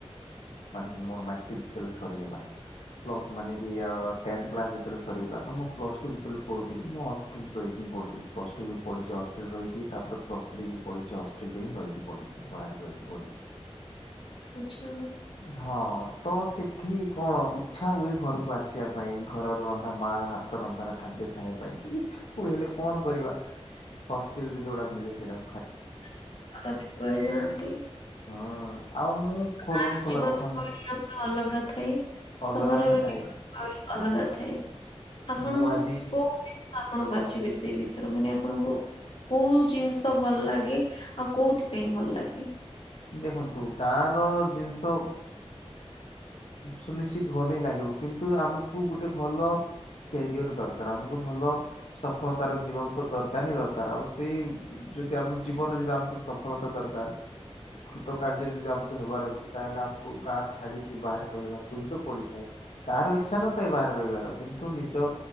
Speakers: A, on the left; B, on the left.
A: ମାନେ କି ମୋର ମାଟ୍ରିକି ଯେତେଲେ ସରିଗଲା ପ୍ଳ ମାନେ କି ଆ ଟେନ୍ତ୍ଥ କ୍ଲାସ ଯେତେବେଳେ ସରିଗଲା ତ ମୁଁ ପ୍ଲସ ଟୁ ଯେତେବେଳେ ପଢୁଥିଲି ମୁଁ ହଷ୍ଟେଲ ରହିକି ପଢୁଥିଲି ପ୍ଲସଟୁ ବି ପଢିଛି ହଷ୍ଟେଲ ରହିକି ତାପରେ ପ୍ଲସ୍ ଥ୍ରୀ ବି ପଢିଛି ହଷ୍ଟେଲରେ ହିଁ ରହିକି ପଢିଛି ମୁଁ ବାହାରେ ରହିକି ପଢିଛି।
B: ଆଛା।
A: ହଁ ତ ସେଠି କଣ ଇଚ୍ଛା ହୁଏ ଘରକୁ ଆସିବା ପାଇଁ ଘରର ରନ୍ଧା ମା ହାତର ରନ୍ଧାର ଖାଦ୍ୟ ଖାଇବା ପାଇଁ କି ଇଛା ହୁଏ ହେଲେ କଣ କରିବା ହଷ୍ଟେଲ ରେ ଯୋଉଟା ମିଳେ ସେଇଟା
B: ସେତେବେଳେ ଯାଆନ୍ତି
A: ହୁଁ ଆଉ ମୁଁ ଖୋଲମ
B: ଗାଁ ର
A: ଖୋଲା
B: ଜୀବନ
A: କଥା
B: ଶୈଳୀ
A: ମୁଁ
B: ଆମର ଅଲଗା ଥାଏ ସହରର
A: ଅଲଗା ହିଁ ଥାଏ।
B: ଜୀବନ ଶୈଳୀ ଅଲଗା ଥାଏ ଆପଣଙ୍କୁ
A: ମୁଁ ଆଜି
B: କୋଉ ଆପଣ ବାଛିବେ ସେଇ ଭିତରୁ ମାନେ ଆପଣଙ୍କୁ କୋଉ ଜିନିଷ ଭଲ ଲାଗେ ଆଉ କୋଉଥିପାଇଁ ଭଲ ଲାଗେ?
A: ଦେଖନ୍ତୁ ଗାଁ ର ଜିନିଷ ସୁନିଶ୍ଚିତ ଭଲ ହିଁ ଲାଗିବ କିନ୍ତୁ ଆମକୁ ଗୋଟେ ଭଲ କ୍ୟାରିଅର ଦରକାର ଆମକୁ ଭଲ ସଫଳତାର ଜୀବନ ତ ଦରକାର ହିଁ ଦରକାର ଆଉ ସେଇ ଯଦି ଆମ ଜୀବନରେ ଯଦି ଆମକୁ ସଫଳତା ଦରକାର କୃତ କାର୍ଯ୍ୟ ଯଦି ଆମକୁ ହେବାର ଅଛି ତାହେଲେ ଆମକୁ ଗାଁ ଛାଡିକି ବାହାରେ ରହିବାକୁ ହିଁ ତ ପଡିଥାଏ। କାହାର ଇଚ୍ଛା ନଥାଏ ବାହାରେ ରହିବାର କିନ୍ତୁ ନିଜ